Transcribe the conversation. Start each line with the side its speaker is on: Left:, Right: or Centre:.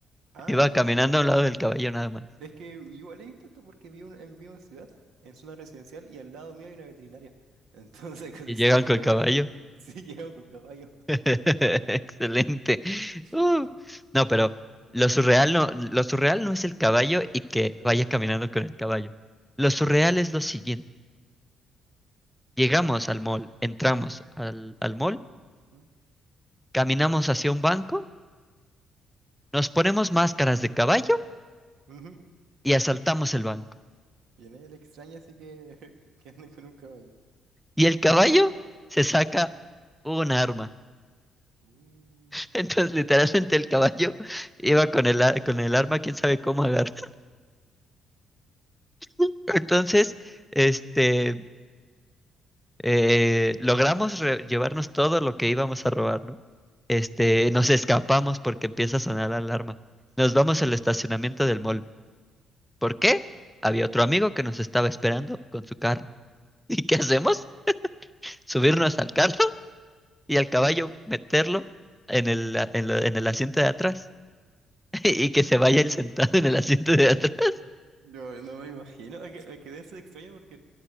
Right: Ah,
Centre: iba
Right: no,
Centre: caminando
Right: es,
Centre: a un lado del caballo nada más.
Right: es que igual he visto esto porque vivo en, vivo en ciudad, en zona residencial y al lado mío hay una veterinaria. Entonces <laughs> casi
Centre: Y llegan
Right: siempre
Centre: con el caballo.
Right: veo. <laughs> Sí, llevo con caballo.
Centre: <laughs> Excelente.
Right: <laughs>
Centre: Uh, no, pero lo surreal
Right: Ya,
Centre: no,
Right: ya.
Centre: lo surreal no es el caballo y que
Right: Ah,
Centre: vaya
Right: ya.
Centre: caminando con el caballo. Lo surreal es lo siguiente. Llegamos al mall, entramos al, al mall,
Right: ¿Mm?
Centre: caminamos hacia un banco, nos ponemos máscaras de caballo
Right: Ujú.
Centre: y asaltamos el banco.
Right: Y en él extraña así que, <laughs> que anden con un caballo.
Centre: Y el caballo se saca un arma.
Right: Uh,
Centre: <laughs> Entonces, literalmente el caballo iba con el, a- con el arma, quién sabe cómo agarrar. <laughs> Entonces, este... eh, logramos re- llevarnos todo lo que íbamos a robar, ¿no? Este,
Right: Vaya,
Centre: nos escapamos porque empieza a sonar la alarma. Nos vamos
Right: claro.
Centre: al estacionamiento del mall. ¿Por qué? Había otro amigo que nos estaba esperando con su carro. <laughs> ¿Y qué hacemos? Subirnos al carro y al caballo meterlo en el, a- en la- en el asiento de atrás <laughs> y que se vaya él sentado en el asiento de atrás.
Right: Yo no me imagino, es que, es que debe ser extraño porque